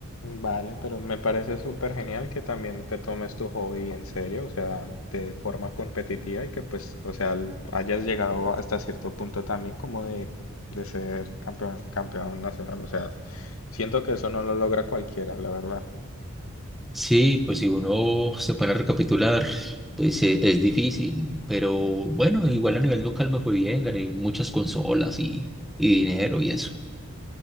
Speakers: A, on the left; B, in the centre.
A: Vale, pero me parece súper genial que también te tomes tu hobby en serio, o sea, de forma competitiva y que pues, o sea, l- hayas llegado hasta cierto punto también como de, de ser campeón, campeón nacional, o sea, siento que eso no lo logra cualquiera, la verdad.
B: Sí, pues si uno se pone a recapitular, pues e- es, difícil, pero bueno, igual a nivel local me fue bien, gané muchas consolas y, y dinero y eso.